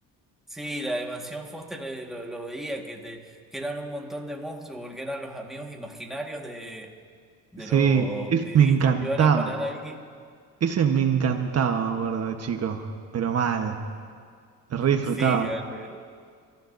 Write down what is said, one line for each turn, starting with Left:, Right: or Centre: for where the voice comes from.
Centre: Sí, la de Mansión Foster eh, lo, lo veía, que, te, que eran un montón de monstruos, porque eran los amigos imaginarios de, de
Right: Sí,
Centre: los
Right: ese
Centre: pibitos
Right: me encantaba.
Centre: que iban a parar ahí.
Right: Ese me encantaba, me acuerdo de chico, pero mal, lo re disfrutaba.
Centre: Sí, que, eh,